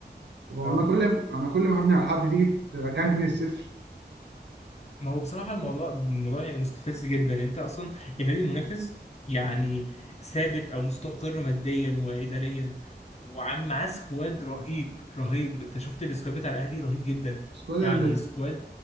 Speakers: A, on the right (about 80°); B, on the left (about 40°).
A: طب هو
B: اه
A: انا كل انا كل ما هبني على حد تيجي ترجعني تاني الصفر
B: ما هو بصراحة الموضوع الموضوع يعني مستفز جدا يعني انت اصلا النادي المنافس يعني ثابت او مستقر ماديا واداريا وعم معاه سكواد رهيب رهيب انت شفت السكواد بتاع الاهلي رهيب جدا
A: بس كده
B: يعني
A: ده
B: سكواد